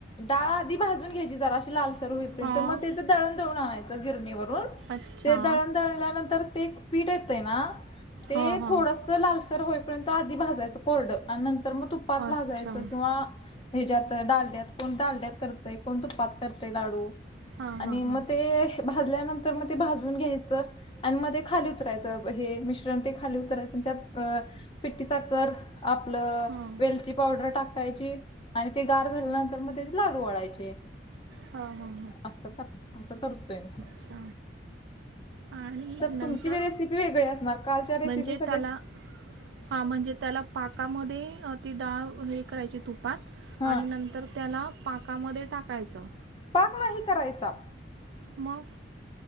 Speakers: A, on the left (about 30°); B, on the right (about 70°).
A: डाळ आधी भाजून घ्यायची जरा अशी लालसरू होईपर्यंत
B: हां
A: मग त्याचं दळण वून आणायचं गिरणीवरून
B: अच्छा
A: ते दळण दळल्यानंतर ते पीठ येतय ना ते
B: हां हां
A: थोडस लालसर होईपर्यंत आधी भाजायचं कोरड आणि नंतर मग तुपात
B: अच्छा
A: भाजायचं किंवा ह्याच्या्यात डालड्यात कोण डालड्यात करतय कोण तुपात करतय लाडू.
B: हां
A: आणि
B: हां
A: मग
B: हां
A: ते भाजल्यानंतर म ते भाजून घ्यायचं आणि मध्ये खाली उतरायचं हे मिश्रण ते खाली उतरायचं त्यात. पिट्टी साखर आपलं
B: हां
A: वेलची पावडर टाक. कायची आणि ते गार झाल्यानंतर मग त्याचे लाडू ढायचे.
B: हां हां
A: असं तर असं तरतोय नाही.
B: अच्छ. आणि नंतर
A: तुमची रेसिपी वेगळी असणार कालच्या रेसिपी
B: म्हणजे
A: सगळ्या
B: त्याला हा म्हणजे त्याला पाकामध्ये ती डाळ हे करायची तुपात
A: हा
B: आणि नंतर त्याला पाकामध्ये टाकायचं.
A: पाक नाही करायचा.
B: मग.